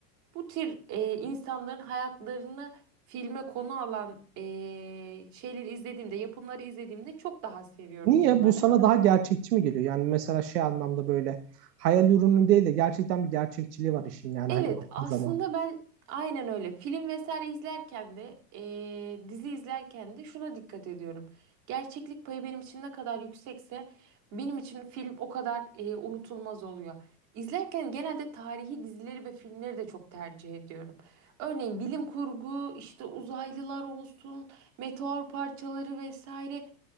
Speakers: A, on the right; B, on the right.
A: Bu tür e, insanların hayatlarını filme konu alan e, şeyleri izlediğimde, yapımları izlediğimde çok daha seviyorum
B: Niye?
A: bunları.
B: Bu sana daha gerçekçi mi geliyor? Yani mesela şey anlamda böyle hayal ürünü değil de gerçekten bir gerçekçiliği var işin yani
A: Evet,
B: hani baktığın
A: aslında
B: zaman.
A: ben aynen öyle. Film vesaire izlerken de, eee, dizi izlerken de şuna dikkat ediyorum. Gerçeklik payı benim için ne kadar yüksekse benim için film o kadar eee, unutulmaz oluyor. İzlerken genelde tarihi dizileri ve filmleri de çok tercih ediyorum. Örneğin bilim kurgu, işte uzaylılar olsun, meteor parçaları vesaire.